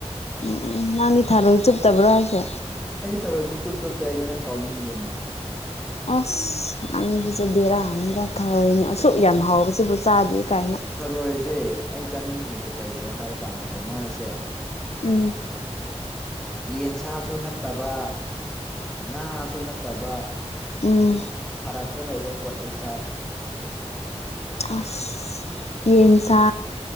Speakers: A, on the left; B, in the centre.
A: ꯎꯝ ꯎꯝ ꯅꯪꯗꯤ ꯊꯥꯔꯣꯏ ꯆꯨꯞꯇꯕ꯭ꯔꯣ ꯍꯥꯏꯁꯦ
B: ꯑꯩꯗꯤ ꯊꯕꯣꯢ ꯁꯨꯡ ꯆꯨꯞ ꯆꯨꯞꯇꯦ ꯑꯩꯗꯤ ꯅꯪ ꯀꯥꯎꯅꯤꯡꯗꯦꯅ
A: ꯑꯁ ꯅꯪꯖꯤꯖꯨ ꯕꯦꯔꯥꯅꯤꯗ ꯊꯥꯔꯣꯢ ꯑꯁꯨꯛ ꯌꯥꯝ ꯍꯥꯎꯕꯁꯤꯕꯨ ꯆꯥꯗꯦ ꯀꯥꯢꯅ꯫
B: ꯊꯔꯣꯏꯁꯦ ꯑꯩ ꯆꯥꯅꯤꯡꯗ꯭ꯔꯤꯁꯦ ꯀꯩꯒꯤꯔꯣ ꯍꯥꯏꯔꯀꯥꯟꯗꯀꯣ ꯃꯥꯁꯦ
A: ꯎꯝ
B: ꯌꯦꯟꯁꯥꯁꯨ ꯅꯠꯇꯕ ꯉꯥꯁꯨ ꯅꯠꯇꯕ
A: ꯎꯝ ꯎꯝ
B: ꯐꯔꯥꯛꯇ ꯂꯩꯕ ꯄꯣꯠ ꯑꯩ ꯆꯥꯗꯦ꯫
A: ꯑꯁ ꯌꯦꯟꯁ